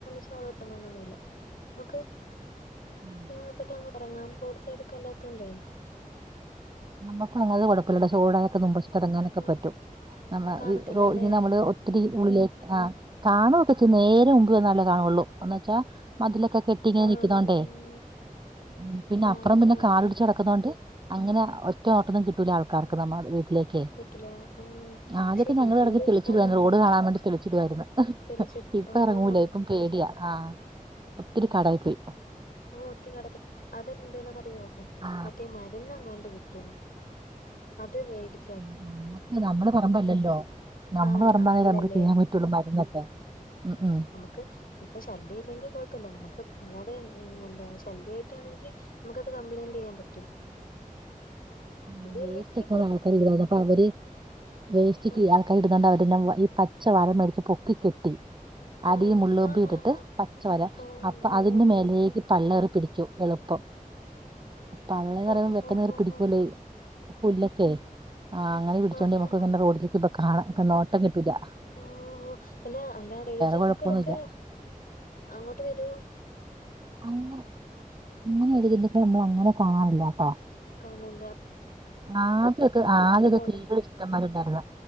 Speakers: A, on the left (about 85°); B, on the right (about 30°).
A: ഷോള്ട്ടണന്നൊന്നുല്ലാ നമക്ക്
B: ആഹ്
A: ആ പെട്ടങ്ങ എറങ്ങാം റോഡ് സൈഡ്ക്കെല്ലാത്തോണ്ടേ.
B: നമുക്ക് അങ്ങത് കൊഴപ്പില്ലടെ ചോടാനൊക്കെ നുമ്പശ്ച് തുടങ്ങാനൊക്കെ
A: ഉം
B: പറ്റും നമ്മളെ
A: കാണത്തില്ലല്ലേ
B: ഇ റോ ഈ നമ്മള് ഒത്തിരി ഉള്ളിലേക്ക് ആ കാണൊക്കെചെ നേരെ മുമ്പ്ന്നല്ലേ കാണോള്ളൂ. എന്നുവെച്ചാ മതിലൊക്കെ കെട്ടി ഇങ്ങനെ
A: കാണുള്ളൂ
B: നിക്കുന്നോണ്ടേ?
A: ഉം
B: ഉം പിന്നെ
A: ആഹ്
B: അപ്പുറം
A: ആഹ്
B: പിന്നെ
A: ആഹ്
B: കാറിടിച്ച് കിടക്ന്നോണ്ട് അങ്ങനെ റ്റ ഓട്ടൊന്നും കിട്ടൂല്ല ആൾക്കാർക്ക് നമ്മടെ വീട്ടിലേക്കേ
A: കിട്ടില്ല ഉം
B: ആദ്യൊക്കെ
A: പക്ഷെ വീട്
B: ഞങ്ങൾ ഇറങ്ങി വിളിച്ചിരുന്നു
A: ആഹ്
B: റോഡ് കാണാർണ്ടി തെളിച്ചിടുമായിരുന്നു
A: തെളിച്ച
B: ഇപ്പൊ
A: ആഹ്
B: എറങ്ങൂല ഇപ്പം പേടിയാ ആ ഒത്തിരി കടായി പോയി.
A: ഓഹ് ഒത്തി കടത്തെ അതെല്ല എന്ത്യ്യെ ണോന്ന്റിയോ
B: ആ
A: മറ്റേ മരന്നെങ്ങാണ്ട് കിട്ടും. അത് വേടി
B: ഉം നമ്മക്ക് നമ്മളെ പറമ്പല്ലല്ലോ? നമ്മള്
A: ആഹ്
B: പറമ്പാലെല്ലേ
A: അല്ലല്ലേ
B: നമുക്ക് ചെയ്യാൻ പറ്റുള്ളൂ മരുന്നൊക്കെ ഉം ഉം
A: ക്ക്‌ ഇപ്പൊ ശല്യഇല്ലെങ്കിൽ കൊഴപ്പല്ല്യാ നമക്ക് അല്ലാതെ ഉം എന്താ ശല്യയിട്ടാണെങ്കിൽ നമുക്കത് കംപ്ലയിന്റ്യ്യാൻ പറ്റും.
B: ആ
A: ശല്യം
B: വേസ്റ്റ്
A: ഇല്ലെങ്കി
B: ഒക്കെയ
A: കൊ
B: ആൾക്കാർ ഇായിരുന്നത് അപ്പൊ അവര് വേസ്റ്റ്കി
A: ഉം
B: ആൾക്കാർ ഇട്ന്ന് അതെല്ലാവാ ഈ പച്ച വാരംമരിക് പൊക്കി കെട്ടി
A: ആഹ്
B: അതീ മുള്ളൊപ്പി
A: ആഹ്
B: ഇട്ടിട്ട്
A: ആഹ്
B: പച്ചവര
A: ആഹ് ഓഹ്
B: അപ്പൊ
A: ഓഹ്
B: അതിന്റെ മേലേക്ക് പള്ളയറി പിടിക്കു എളുപ്പം പള്ളന്ന് പറയുമ്പോ
A: ഓഹ്
B: വെക്കന്നെറി
A: ഓഹ്
B: പിടികുലല്ലോ?
A: ഓഹ് ഓഹ് ഓഹ്
B: പുല്ലൊക്കെ ആങ്ങനെ
A: ആഹ്
B: പിടിച്ചോണ്ട്
A: ആഹ്
B: നമുക്ക്
A: ആഹ്
B: ഇങ്ങനെ റോഡിലേക്ക് ഇപൊ കാണാം നോട്ടം കിട്ടുല്ല.
A: ആ അല്ല അല്ലാ ഏഴു ജന്തുക്കളൊക്കെ
B: കുഴപ്പമൊന്നുമില്ല
A: അങ്ങോട്ട് വരൂ?
B: അങ്ങനെ അങ്ങനെ എഴതുന്നത് നമ്മൾ അങ്ങനെ കാണാറില്ലട്ടോ.
A: കാണേല്ല
B: ആദ്യൊക്കെ ആദ്യൊക്കെ
A: കൊഴ
B: കീരിയേൾ ഇഷ്ടന്മാരുണ്ടായിര്ന്നു